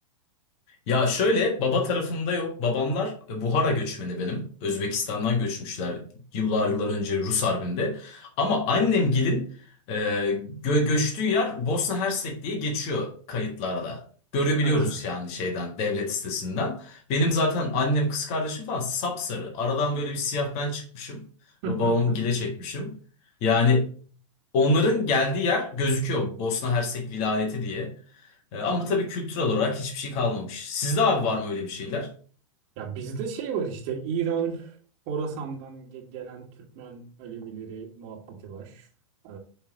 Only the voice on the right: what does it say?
Ha.
<laughs>
Ya bizde şey var işte İran, Horasan'dan ge- gelen Türkmen Alevileri muhabbeti var. Ee,